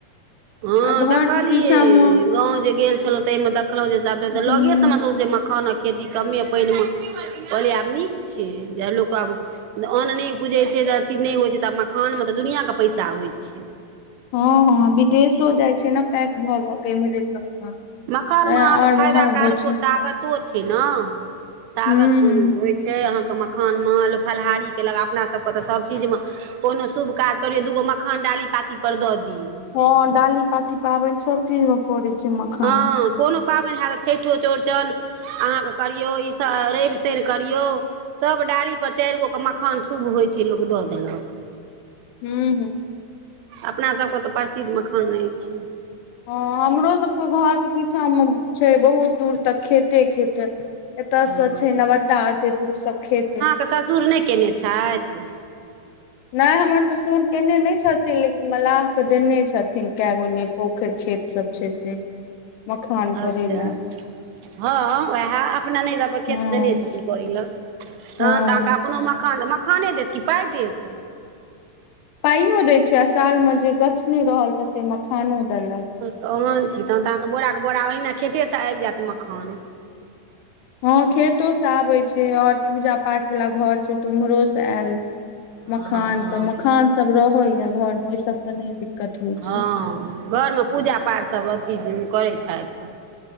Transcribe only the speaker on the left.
आ घर
के पीछा मे
ह
हँ हँ विदेशो जाइ छै ने पैक भऽ भऽ के इम्हरे सब तऽ
तें
और
महग
होइ छै
हू हू
हँ डाली पाती पाबन सब चीज मे पड़े छै मखान
हू हू
हँ हमरो सबके घर के पीछा मे छै बहुत दूर तऽ खेते खेते एतऽ
सँ छै नबदा एते दूर सब खेते
नहि हमर ससुर केयने नहि छथिन लेकिन मलाह के देने छथिन कए गो मे पोखरि खेत सब छै से मखान
करै लए
हँ
हँ
पाइयो दय छै आ साल मे जे गछने रहल तते मखानो देलक
हँ खेतो से आबै छै और पूजा पाठ वाला घर छै तऽ उम्हरो से आयल मखान
तऽ मखान सब रहैया घर मे ओहि सबके नहि दिक्कत होइ
छै